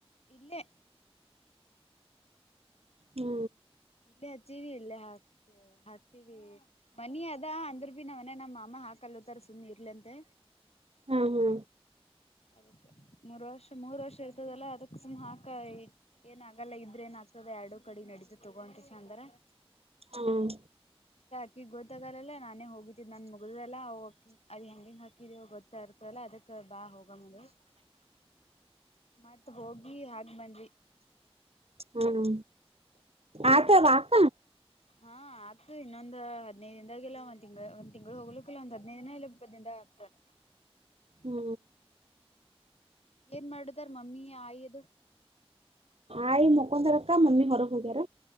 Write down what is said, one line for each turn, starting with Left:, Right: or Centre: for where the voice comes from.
Left: ಇಲ್ಲೇ
Right: ಹ್ಮ.
Left: ಇಲ್ಲಿ ಹಚ್ಚಿವ ಇಲ್ಲೇ ಹಾಕ್ ಹಾಕ್ತೀವಿ ಮನಿ ಅದ ಅಂದ್ರ ಭ ನಾವನೆ ನಮ್ಮ ಮಾಮ ಹಾಕಲ್ತಾರ ಸುಮ್ಮ ಇರ್ಲಿಂತೆ.
Right: ಹಾ ಹಾ
Left: ಅದಕ ಮೂರ ವರ್ಷ ಮೂರ್ ವರ್ಷ ಇರ್ತದಲ್ಲ ಅದಕ್ ಸುಮ್ ಹಾಕ ಏನ ಆಗಲ್ಲ ಇದ್ರ ಏನ್ ಆಗ್ತದ ಎರಡು ಕಡೆ ನಡೀತು ತಗೋ ಅಂಷ ಅಂದ್ರ.
Right: ಹ್ಮ.
Left: ಗ ಗೊತ್ತಾಗಲ್ಲಲ ನಾನೇ ಹೋಗಿದ್ದಿ ನನ್ ಮುಗಿದಲ್ಲ ಅವಕಿ ಅದ ಹೆಂಗ ಹೆಂಗ ಹಾಕಿದ್ಯವ ಗೊತ್ತ ಇರ್ತಲ್ಲ ಅದಕ್ಕ ಬಾ ಹೋಗಮ್ಮ ಅಂದ್ಲು. ಮತ್ತ ಹೋಗಿ ಹಾಕಿ ಬಂದವಿ.
Right: ಹ್ಮ ಆತ ವಾಕ
Left: ಹಾ ಆಗ್ತದ ಇನ್ನೊಂದ ಹದಿನೈದ ದಿಂದಾಗೆಲ್ಲ ಒಂದ ತಿಂಗ್ಳ ಒಂದ್ಂಗ್ಗಳು ಹೋಗ್ಲುಕ್ಕಕ್ಕೆಲ್ಲ ಒಂದ ಹದ್ದನೈದ ದಿನ ಇಲ್ಲ ಇಪ್ಪತ್ತಿಂದಾಗ ಆಗ್ತದೆ. <inaudible>
Right: ಹ್ಮ.
Left: ಏನ್ ಮಾಡದಾರ ಮಮ್ಮಿ ಆಯದು.
Right: ಆಯಿ ಮಕ್ಕೊಂದಾರ ಅಕ್ಕ ಮಮ್ಮಿ ಹೊರಗ ಹೋಗ್ಯರ.